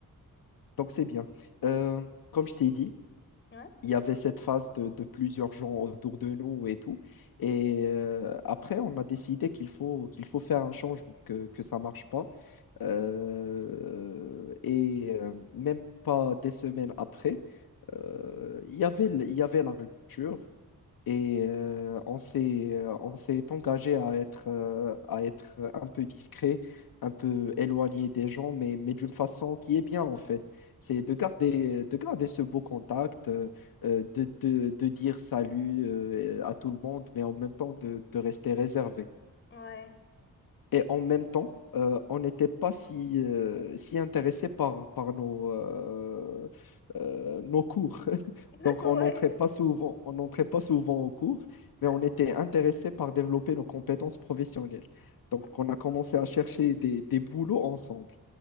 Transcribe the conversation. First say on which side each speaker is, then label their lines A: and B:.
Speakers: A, on the left; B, on the left.
A: Donc c'est bien. Euh, comme je t'ai dit.
B: Ouais.
A: il y avait cette phase de, de plusieurs gens autour de nous et tout. Et euh, après, on a décidé qu'il faut, qu'il faut faire un changement, que, que ça ne marche pas. Euh, et euh, même pas des semaines après, euh, il y avait, le- il y avait la rupture. Et euh, on s'est euh, on s'est engagé à être, euh, à être un peu discret, un peu éloigné des gens, mais, mais d'une façon qui est bien en fait. C'est de garder, de garder ce beau contact, euh, euh, de, de, de dire salut euh, à tout le monde, mais en même temps de, de rester réservé.
B: Ouais.
A: Et en même temps, euh, on n'était pas si, euh, si intéressé par, par nos, euh, euh, nos cours. <laughs>
B: <laughs>
A: Donc,
B: Ouais.
A: on n'entrait pas souvent, on n'entrait pas souvent aux cours, mais
B: Hein?
A: on était intéressé par développer nos compétences professionnelles. Donc,
B: Mhm.
A: on a commencé à chercher des, des boulots ensemble.